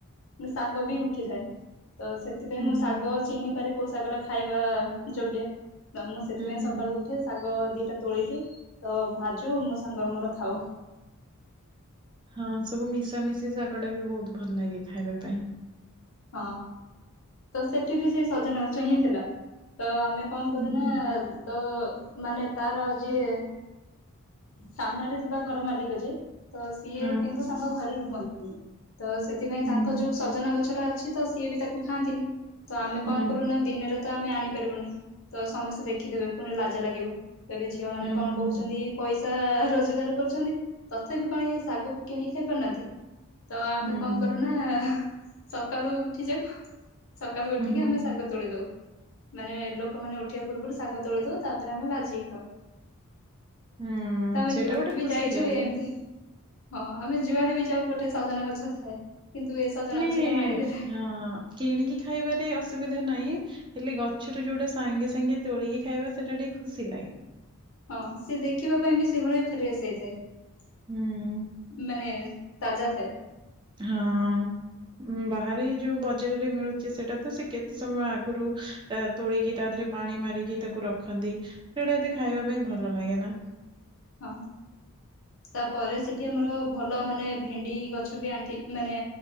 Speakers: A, on the left (about 60°); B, on the right (about 20°).
A: ନ୍ ସାଙ୍ଗ ବି ଉଠିଜାଏ। ତ ସେଥିପାଇଁ
B: ହୁଁ
A: ମୁଁ
B: ହୁଁ।
A: ଶାଗ ଚିହ୍ନିପାରେ କୋଉ ଶାଗ ଟା ଖାଇବା ଯୋଗ୍ୟ। ତ ମୁଁ ସେଥିପାଇଁ
B: ହୁଁ ହୁଁ
A: ସକାଳୁ
B: ହୁଁ
A: ଉ ଠେ ଶାଗ ଦିଟା ତୋଳିକି ତ ଭାଜୁ ମୋ ସାଙ୍ଗର ମୋର ଖାଉ।
B: ହଁ ସବୁ ମିଶାା ମିଶି ଶାଗ ଟା ବି ବହୁତ୍ ଭଲ୍ ଲାଗେ ଖାଇବା ପାଇଁ।
A: ହଁ ତ ସେଠି ବି ସେଇ ସଜନା ଗଛ ହିଁ ଥିଲା ତ ଆମେ କଣ କରୁନା
B: ହୁଁ
A: ତ ମାନେ ତାର ଯିଏ। ସାମ୍ନାରେ ଥିବା ଘର ମାଲିକ ଯେ ତ ସିଏ
B: ହଁ
A: କିନ୍ତୁ ତାଙ୍କ ଘରେ ରୁହନ୍ତି ତ ସେଥିପାଇଁ
B: ହୁଁ
A: ତାଙ୍କ ଯୋଉ ସଜନା ଗଛ ଟା ଅଛି ତ ସିଏ ବି ତାକୁ ଖାଆନ୍ତିନି। ତ ଆମେ
B: ହୁଁ
A: କଣ
B: ହୁଁ
A: କରୁନା ଦିନରେ ତ ଆମେ ଆଣିପାରିବୁନି ତ ସମସ୍ତେ ଦେଖିଦେବେ ପୁଣି ଲାଜ ଲାଗିବ। ତବେ ଝିଅ ମାନେ
B: ହୁଁ
A: କଣ କହୁଛନ୍ତି?
B: ହୁଁ।
A: ପଇସା ରୋଜଗାର କରୁଛନ୍ତି ତଥାପି କଣ ଇ ଶାଗକୁ କିଣିକି ଖାଇ ପାରୁନାହାନ୍ତି। ତ ଆମେ
B: ହୁଁ
A: କଣ
B: ହୁଁ
A: କରୁନା ସକାଳୁ ଉଠି ଯାଉ। ସକାଳୁ ଉଠିକି
B: ହୁଁ
A: ଆମେ ଶାଗତ୍ ତୋଳି ଦୋଉ ମାନେ ଲୋକମାନେ ଉଠିବା ପୂର୍ବରୁ ଶାଗ ତୋଳି ଦୋଉ ତାପରେ ଆମେ ଭାଜିିକି ଖାଉ।
B: ହୁଁ
A: ତମେ
B: ସେଇଟା
A: ଯୋ <unintelligible>
B: ଗୋଟେ
A: ବି
B: ଖୁସି
A: ଯାଇଛୁ
B: ଲାଗେ।
A: ଏମ୍ତୀ‌ ହଁ ଆମେ ଯୁଆଡେ ବି ଯାଉ ଗୋଟେ ସଜନା ଗଛ ଥାଏ। କିନ୍ତୁ ଏ ସଜନା
B: ମେ
A: ଗଛ ଟା ଭାଙ୍ଗିଦେଲେ
B: ହଁ କିଣିକି ଖାଇବାରେ ଅସୁବିଧା ନାହିଁ। ହେଲେ ଗଛରୁୁ ଯୋଉଟା ସାଙ୍ଗେ ସାଙ୍ଗେ ତୋଳିକି ଖାଇବା ସେଟା ଟିକେ ଖୁସି ଲାଗେ।
A: ହଁ ସେ ଦେଖିବା ପାଇଁ ବି ସେଭଳିଆ ଫ୍ରେଶ୍ ହେଇଥାଏ
B: ହୁଁ।
A: ମାନେ ତାଜା ଥାଏ।
B: ହଁ। ଉଁ ବାହାରେ ଯୋଉ ବଜାରରେ ମିଳୁଛି ସେଟା ତ ସେ କେତ୍ ସମୟ ଆଗରୁ। ତା ତୋଳିକି ତା ଦେହରେ ପାଣି ମାରିକି ତାକୁ ରଖନ୍ତି ସେଇଟା ଏତେ ଖାଇବା ପାଇଁ ଭଲ ଲାଗେ ନା।
A: ହଁ। ତାପରେ ସେଠି ଆମର ଭଲ ମାନେ ଭେଣ୍ଡି ଗଛ ବି ଆଣ୍ଠି ମାନେ